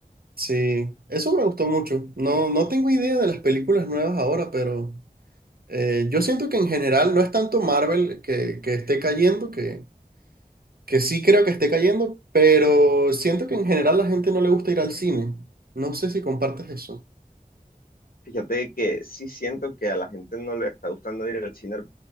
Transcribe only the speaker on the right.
Sí, eso me gustó mucho. No, no tengo idea de las películas nuevas ahora, pero eh, yo siento que en general no es tanto Marvel que, que esté cayendo, que, que sí creo que esté cayendo, pero siento que en general la gente no le gusta ir al cine. No sé si compartes eso.